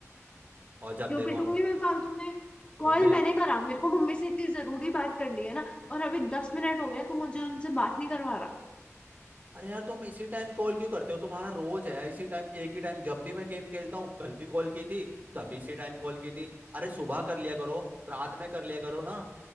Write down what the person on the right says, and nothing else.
और जब
देखो
वो देख
अरे यार तुम इसी टाइम कॉल क्यों करते हो तुम्हारा रोज है इसी टाइम एक ही टाइम जब भी मैं गेम खेलता हूँ कल भी कॉल की थी तभी इसी टाइम कॉल की थी अरे सुबह कर लिया करो रात में कर लिया करो ना